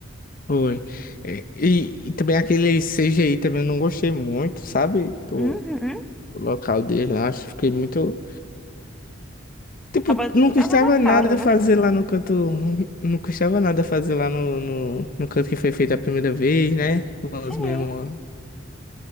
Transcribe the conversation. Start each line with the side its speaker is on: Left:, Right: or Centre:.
Left: Foi. É, E, e também aquele CGI também eu não gostei muito, sabe? Do,
Centre: Uhum.
Left: do local dele lá, acho que fiquei muito. Tipo,
Centre: Tava,
Left: não custava
Centre: tava na cara,
Left: nada
Centre: né?
Left: fazer lá no canto. Não custava nada fazer lá no, no, no canto que foi feito a primeira vez, né? Com
Centre: Sim,
Left: os mesmos.